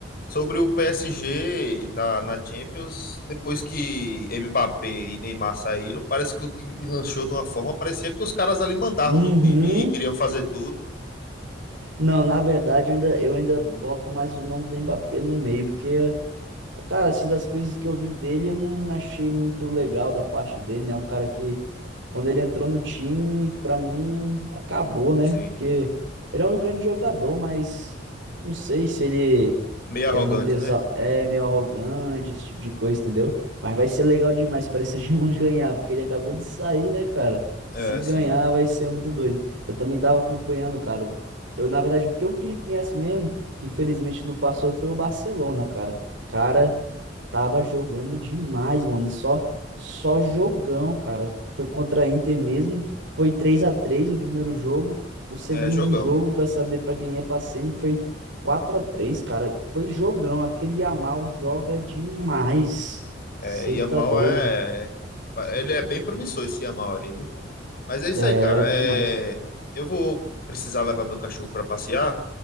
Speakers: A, on the left; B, on the right.
A: sobre o PSG na, na Champions, depois que Mbappé e Neymar saíram, parece que o time deslanchou de uma forma, parecia que os caras ali mandavam
B: Uhum.
A: no time e queriam fazer tudo.
B: Não, na verdade, eu ainda, eu ainda boto mais o nome do Mbappé no meio, porque Cara, assim, das coisas que eu vi dele, eu não achei muito legal da parte dele, né? Um cara que, quando ele entrou no time, pra mim, acabou, né?
A: Sim,
B: Porque ele é um grande jogador, mas não sei se ele
A: meio arrogante,
B: é muito exa...
A: né?
B: é meio arrogante, esse tipo de coisa, entendeu? Mas vai ser legal demais para esse Germain <laughs> ganhar, porque ele acabou de sair, né, cara?
A: É,
B: Se ganhar,
A: sim.
B: vai ser muito doido. Eu também tava acompanhando, cara. Eu, na verdade, o que eu queria que ganhasse mesmo, que infelizmente não passou, foi o Barcelona, cara. Cara, tava jogando demais, mano. E só, só jogão, cara. Foi contra a Inter mesmo. Foi 3 a 3 o primeiro jogo. O segundo
A: É jogão.
B: jogo, pra saber pra quem ia pra semi, foi 4 a 3, cara. Foi jogão. Aquele Yamal joga demais. Você
A: É, Yamal
B: tá doido?
A: é. Ele é bem promissor esse Yamal aí, viu? Mas é isso
B: É,
A: aí, cara.
B: demais.
A: É... Eu vou precisar levar meu cachorro pra passear.